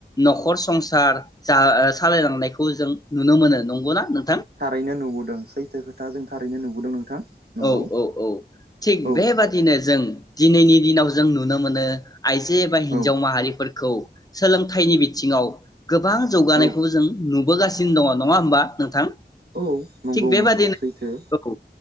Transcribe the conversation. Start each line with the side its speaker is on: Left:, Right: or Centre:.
Left: नखर संसार जा ओ सालायलांनायखौ जों नुनो मोनो नंगौना नों
Right: थारैनो नुबोदों सैथो खोथा जों थारैनो नुबोदों नोंथां नंगौ
Left: औ औ औ थिग
Right: औ
Left: बेबादिनो जों दिनैनि दिनाव जों नुनो मोनो आइजो एबा हिन्जाव
Right: औ
Left: माहारिफोरखौ सोलोंथाइनि बिथिङाव गोबां जौगानायखौ
Right: औ
Left: जों नुबोगासिनो दङ नङा होमबा नोंथां?
Right: औ नंगौ
Left: थिग बेबादिनो
Right: नंगौ सैथो
Left: औ